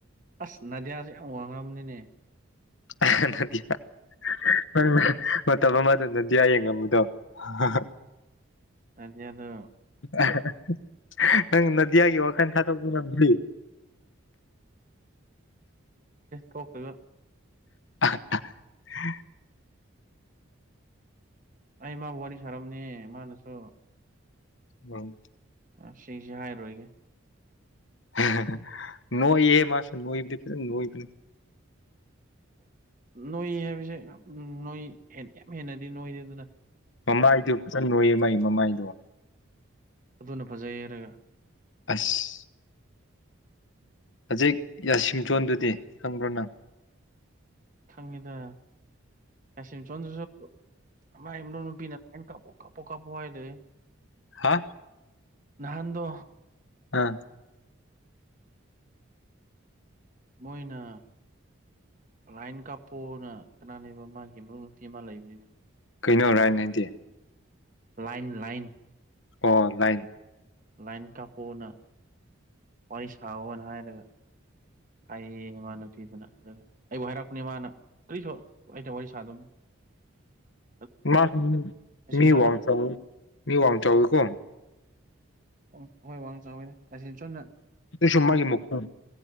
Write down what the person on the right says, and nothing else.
ꯑꯁ ꯅꯥꯗꯤꯌꯥꯁꯦ ꯌꯥꯝ ꯋꯥꯡꯉꯝꯅꯤꯅꯦ
ꯅꯗꯤꯌꯥꯗꯣ
ꯇꯣꯛꯈꯒ
ꯑꯩ ꯃꯥꯕꯨ ꯋꯥꯔꯤ ꯁꯥꯔꯝꯅꯤ ꯃꯥꯅꯁꯨ
ꯑꯥ ꯁꯤꯁꯦ ꯍꯥꯏꯔꯣꯏꯒꯦ
ꯅꯣꯏ ꯍꯥꯏꯕꯁꯦ ꯅꯣꯏ ꯍꯦꯟ ꯌꯥꯝ ꯍꯦꯟꯅꯗꯤ ꯅꯣꯢꯗꯦꯗꯅ
ꯑꯗꯨꯅ ꯐꯖꯩ ꯍꯥꯏꯔꯒ
ꯈꯪꯉꯤꯗ ꯌꯥꯁꯤꯝꯆꯣꯟꯗꯨꯁꯨ ꯃꯥꯏ ꯅꯨꯄꯤꯅ ꯑꯧ ꯀꯄꯣ ꯀꯥꯄꯣ ꯀꯥꯄꯣ ꯍꯥꯏ ꯂꯩꯌꯦ
ꯅꯍꯥꯟꯗꯣ
ꯃꯣꯏꯅ ꯂꯥꯏꯟ ꯀꯥꯞꯄꯣꯅ ꯀꯅꯥꯅꯦꯕ ꯃꯥꯒꯤ ꯃꯔꯨꯞ ꯅꯨꯄꯤ ꯑꯃ ꯂꯩꯕꯅꯤꯅꯦ
ꯂꯥꯏꯟ ꯂꯥꯏꯟ
ꯂꯥꯏꯟ ꯀꯥꯞꯄꯣꯅ ꯋꯥꯔꯤ ꯁꯥꯋꯣꯅ ꯍꯥꯏꯔꯒ ꯍꯥꯏꯌꯦ ꯃꯥ ꯅꯨꯄꯤꯗꯅ ꯑꯗꯨꯒ ꯑꯩꯕꯨ ꯍꯥꯏꯔꯛꯄꯅꯦ ꯃꯥꯅ ꯀꯔꯤꯁꯨ ꯑꯩꯅ ꯋꯥꯔꯤ ꯁꯥꯗꯕꯅꯦ <inaudible>
ꯌꯥꯁꯤꯝꯁꯣꯟꯅ
ꯑꯣ ꯍꯣꯏ ꯋꯥꯡ ꯆꯥꯎꯋꯦ ꯌꯥꯁꯤꯝꯆꯣꯟꯅ